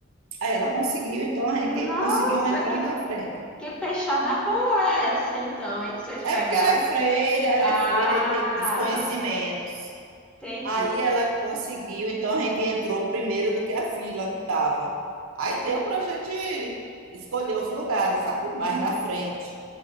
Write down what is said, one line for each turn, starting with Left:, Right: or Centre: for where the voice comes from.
Right: Aí ela conseguiu, então a gente
Centre: Nossa,
Right: conseguiu entrar
Centre: que
Right: na frente.
Centre: Que peixada boa é essa, então, aí que vocês pegaram?
Right: É porque ela é freira, ela
Centre: Ah,
Right: é freira e tem os conhecimentos.
Centre: entendi.
Right: Aí ela conseguiu, então a gente entrou primeiro do que a fila que estava. Aí deu para a gente escolher os lugares, sabe? Mais na frente.